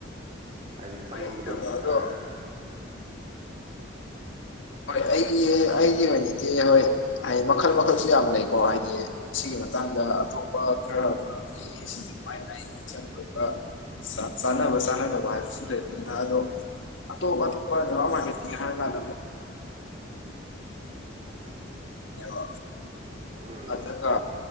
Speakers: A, on the right; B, on the left.
A: ꯍꯥꯏꯗꯤ ꯇꯝꯕꯗꯩ
B: ꯃꯌꯥꯝ ꯑꯗꯣ
A: ꯑꯥꯏ
B: ꯍꯣꯏ ꯑꯩꯒꯤ ꯑꯩꯒꯤ ꯑꯣꯏꯅꯗꯤ ꯍꯣꯏ ꯍꯩ ꯃꯈꯜ ꯃꯈꯜꯁꯨ ꯌꯥꯝ ꯂꯩꯀꯣ ꯍꯥꯏꯗꯤ ꯁꯤꯒꯤ ꯃꯇꯥꯡꯗ ꯑꯇꯣꯞꯄ ꯈꯔ ꯈꯔ ꯃꯤꯁꯤꯡ ꯃꯥꯏ ꯃꯥꯏ ꯃꯤꯆꯪ ꯑꯣꯏꯕ ꯆꯥꯡ ꯆꯥꯟꯅꯕ ꯆꯥꯟꯅꯗꯕ ꯍꯥꯏꯕꯁꯤ ꯂꯩꯕꯅꯤꯅ ꯑꯗꯣ ꯑꯇꯣꯞ ꯑꯇꯣꯞꯄ ꯅꯦꯠꯋꯔ꯭ꯛ ꯃꯥꯔꯀꯦꯇꯤꯡ ꯍꯥꯏꯔꯀꯥꯟꯗ <unintelligible>
A: ꯎꯝ
B: ꯑꯗꯒ